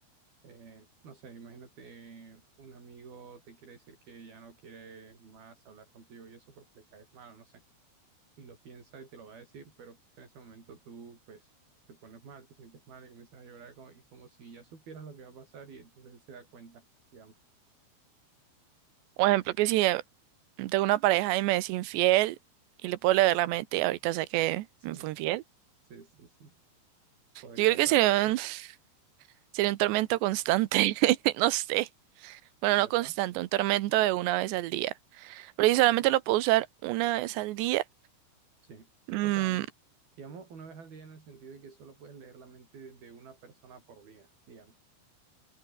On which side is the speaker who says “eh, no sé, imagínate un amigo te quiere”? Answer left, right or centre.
Right